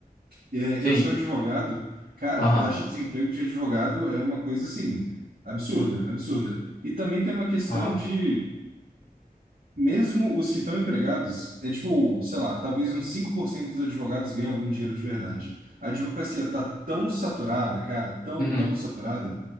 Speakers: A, on the right; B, on the left.
A: É,
B: Sim,
A: eu sou advogado, cara,
B: aham,
A: a taxa de desemprego de advogado é uma coisa assim, absurda, absurda. E também tem uma questão
B: aham.
A: de. Mesmo os que estão empregados, é tipo, sei lá, talvez uns 5% dos advogados ganhem algum dinheiro de verdade. A advocacia tá tão saturada, cara, tão,
B: Uhum.
A: tão saturada,